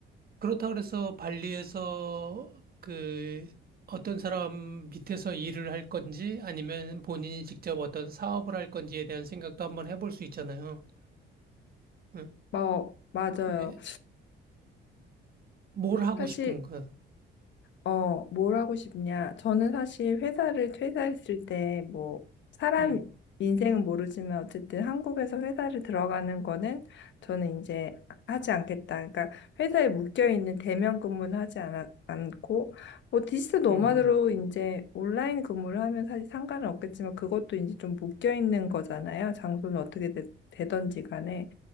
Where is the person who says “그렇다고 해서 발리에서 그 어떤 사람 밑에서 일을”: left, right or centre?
Right